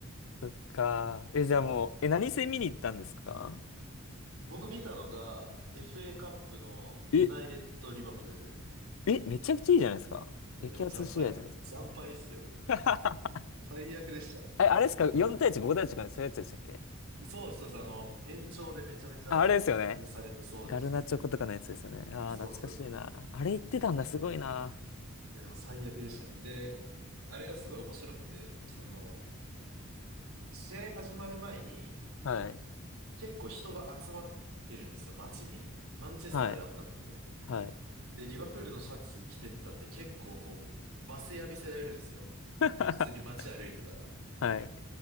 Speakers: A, on the left (about 65°); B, on the right (about 85°).
A: そっか。え、じゃあもう、え、何戦見に行ったんですか
B: 僕見たのが FA カップのユナイテッドリバプール。
A: え、え、めちゃくちゃいいじゃないですか。
B: いやでも惨敗、
A: 激アツ試合じゃないですか。
B: 惨敗っすよ。
A: <laughs>
B: 最悪でしたもん。
A: え、あれですか ?4 対1、5対1とかそういうやつでしたっけ
B: そうです、そうです。あの、延長でめちゃめちゃ逆転されて、
A: あ、あれですよね。
B: そうです。
A: ガルナチョコとかのやつですよね。ああ、
B: そうそうです。
A: 懐かしいな。あれ言ってたんだ、すごいな。
B: いや、でも最悪でしたね。で、あれがすごい面白くて、その、試合始まる前に、
A: はい。
B: 結構人が集まってるんですよ、街に。マンチェスターであったんで。
A: はい。はい。
B: で、リバプールのシャツ着てったんで、結構こう、罵声浴びせられるんですよ。
A: <laughs>
B: 普通に街歩いてたら。
A: はい。